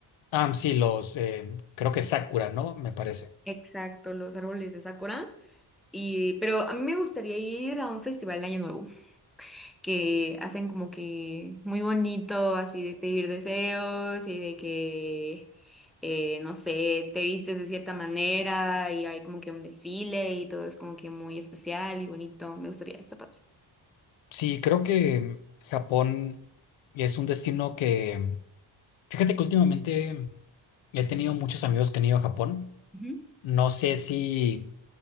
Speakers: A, on the left (about 85°); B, in the centre.
A: Ah, sí, los, eh, creo que Sakura, ¿no? Me parece.
B: Exacto, los árboles de Sakura. Y, pero a mí me gustaría ir a un festival de Año Nuevo, que hacen como que muy bonito, así de pedir deseos y de que, eh, no sé, te vistes de cierta manera y hay como que un desfile y todo es como que muy especial y bonito. Me gustaría, está padre.
A: Sí, creo que Japón es un destino que, fíjate que últimamente he tenido muchos amigos que han ido a Japón.
B: Ujú,
A: No sé si